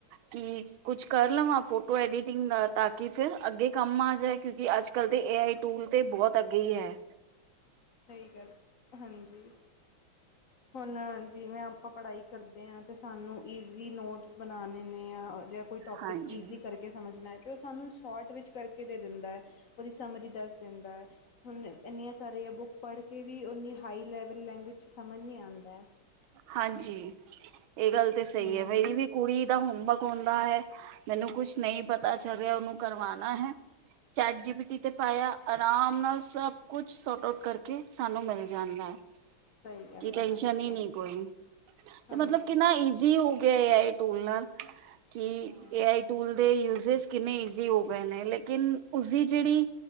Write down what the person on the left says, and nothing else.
ਸਈ ਗੱਲ ਹਾਂਜੀ। ਹੁਣ ਜਿਵੇਂ ਆਪਾਂ ਪੜ੍ਹਾਈ ਕਰਦੇ ਆ ਤੇ ਸਾਨੂੰ ਈਜ਼ੀ ਨੋਟਸ ਬਨਾਨੇ ਨੇ ਅ ਯਾਂ ਯਾ ਕੋਈ ਟੋਪਿਕ
ਈਜ਼ੀ ਕਰਕੇ ਸਮਝਨਾ ਐ ਤੇ ਓ ਸਾਨੂੰ ਸ਼ੋਟ ਵਿੱਚ ਕਰਕੇ ਦੇ ਦਿੰਦਾ ਐ। ਓਦੀ ਸਮਰ ਈ ਦੱਸ ਦਿੰਦਾ ਐ ਹੁਣ ਐਨੀਆਂ ਸਾਰੀਆਂ ਬੁੱਕ ਪੜ੍ਹ ਕੇ ਵੀ ਓਨੀ ਹਾਈ ਲੈਵਲ ਲੈਂਗੁਏਜ ਚ ਸਮਝ ਨੀ ਆਂਦਾ ਐ।
ਹਮ
ਸਹੀ ਗੱਲ
ਹੈ ਹਾਂਜੀ
ਹਾਂਜੀ
ਹਾਂਜੀ
ਹਾਂ